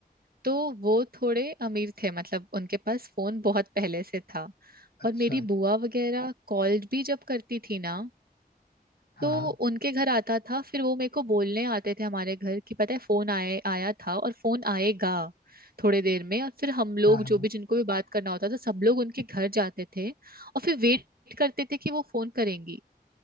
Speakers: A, on the right (about 70°); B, on the left (about 75°).
A: तो वो थोड़े अमीर थे मतलब उनके पास फोन बहुत पहले से था
B: अच्छा
A: और मेरी बुआ वगैरह कॉल भी जब करती थी ना
B: हाँ
A: तो उनके घर आता था फिर वो मेरे को बोलने आते थे हमारे घर कि पता है फोन आए आया था और फोन आएगा थोड़े देर में और फिर हम लोग
B: हाँ हाँ
A: जो
B: हाँ
A: भी जिनको भी बात करना होता था सब लोग उनके घर जाते थे और फिर वेट करते थे कि वो फोन करेंगी